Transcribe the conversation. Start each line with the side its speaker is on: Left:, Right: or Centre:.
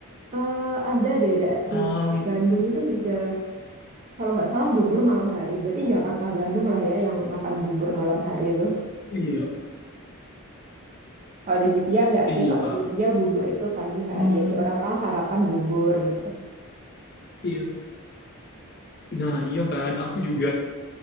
Right: eh, ada deh da-
Left: Um,
Right: di Bandung itu juga, kalau nggak salah bubur malam hari. Berarti Jakarta Bandung lah ya yang makan bubur malam hari itu.
Left: iya,
Right: Kalau di Jogja enggak
Left: iya
Right: sih, kalau
Left: Kak.
Right: di Jogja bubur itu pagi hari,
Left: Hmm,
Right: jadi orang-orang sarapan bubur gitu.
Left: iya. Nah, iya kan, aku juga